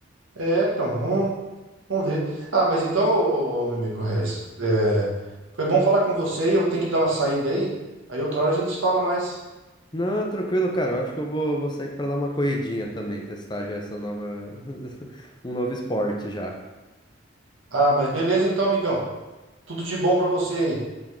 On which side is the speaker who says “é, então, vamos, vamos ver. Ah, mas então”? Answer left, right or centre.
Right